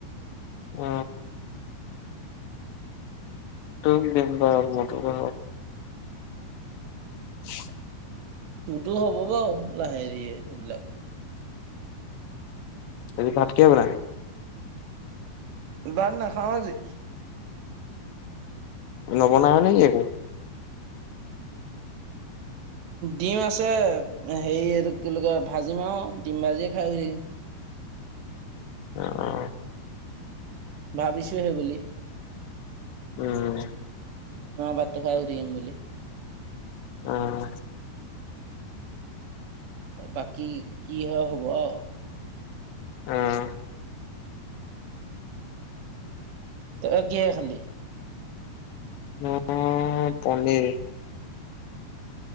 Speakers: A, on the left (about 85°); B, on the right (about 80°).
A: অ তোক দিন ব মত <unintelligible> <inaudible>
B: তোৰতো হ'ব বাৰু লাহে দিয়ে সেইবিলাক
A: আজি ভাতকিহে বনাবি?
B: বাত নাখাওঁ আজি।
A: নবনাঅ নেকি একো
B: ডিম আছে হেৰি এটো কি বোলি কয় ভাজিম আৰু ডিম ভাজিয়ে খাই দিম।
A: অ অ
B: ভাবিছোঁহে বুলি
A: উম
B: ভাত তো খাই শুই থাকিম বুলি।
A: আহ
B: বাকী কি হয় হ'ব আৰু
A: আহ
B: তই কিহে খালি
A: ম--ই পনীৰ